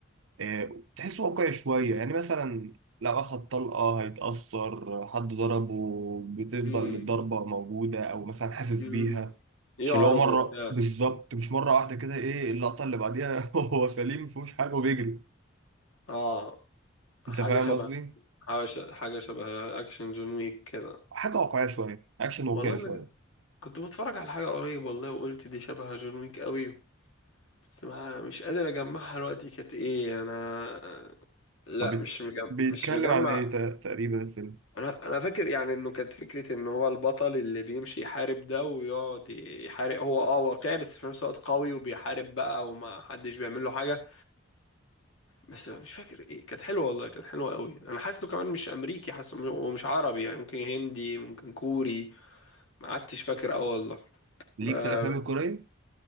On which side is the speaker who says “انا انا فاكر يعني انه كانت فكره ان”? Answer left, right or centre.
Left